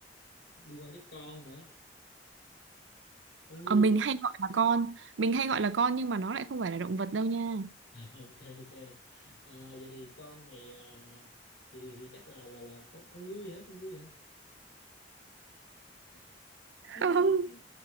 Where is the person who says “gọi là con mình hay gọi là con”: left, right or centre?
Right